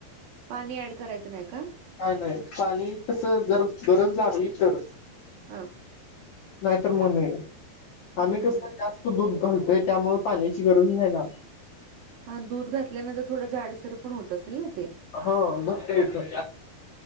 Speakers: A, on the right; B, on the left.
A: पाणी ऍड करायचं नाही का.
B: नाही नाही पाणी तस जर गरज लागली तर.
A: हां.
B: नाहीतर म्हणून ये
A: हं,
B: आम्ही
A: हं,
B: कस
A: हं.
B: जास्त. तो दूध घालतोय त्यामुळे पाण्याची गरज नाही लागत.
A: हा दूध घातल्यानंतर थोडं जाडसर पण होत असेल ना ते.
B: हो गट्ट येते.